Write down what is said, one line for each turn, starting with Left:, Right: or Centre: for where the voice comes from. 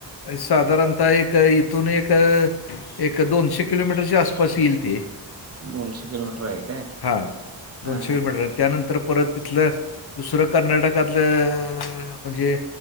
Left: साधारणतः एक इथून एक एक दोनशे किलोमीटरच्या आसपास येईल ते
Right: दोनशे किलोमीटर हाय काय.
Left: हां,
Right: हा हा
Left: किलोमीटर.
Right: हा.
Left: त्यानंतर परत तिथलं दुसरं कर्नाटकातलं अं म्हणजे